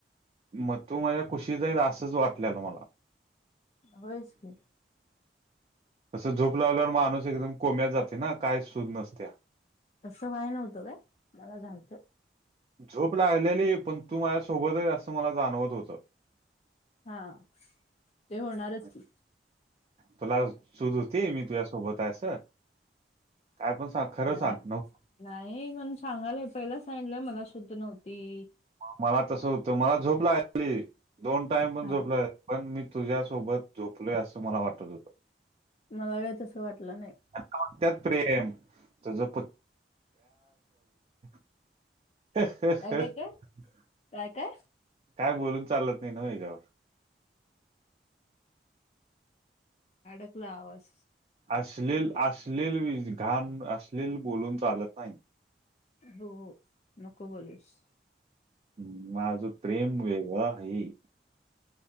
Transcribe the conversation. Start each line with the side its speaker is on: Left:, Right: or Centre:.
Right: मग तू माझ्या खुशीत हाईस असंच वाटलेलं मला.
Left: होयचं की.
Right: तसं झोप लागल्यावर माणूस एकदम कोम्यात जातोय ना काही सूध नसत्या.
Left: तसं व्हाय नव्हतं काय? मला झालत.
Right: झोप लागलेली, पण तू माझ्यासोबतच असं मला जाणवत होतं.
Left: हा, ते होणारच
Right: म्हणजे
Left: की.
Right: तुला सुध होती मी तुझ्या सोबत आहे अस? काय पण सांग खरं
Left: नाही,
Right: सांग नव्हती
Left: नाही म्हणून सांगालंय पहिलाच मला शुद्ध नव्हती.
Right: मला तसं होतं, मला झोपलाली दोन टाइम पण
Left: हा
Right: झोपला पण मी तुझ्यासोबत झोपलोय असं मला वाटत होतं.
Left: मला काय तसं वाटलं नाही.
Right: हेला म्हणत्यात प्रेम, तुझत <unintelligible> <unintelligible>
Left: काय काय काय काय काय
Right: काय बोलून चालत नाही ना याच्यावर.
Left: अडकला आवाज.
Right: अश्लील अश्लील घाण बोलून चालत नाही.
Left: हो, नको बोलूस.
Right: हम्! माझं प्रेम वेगळ आहे.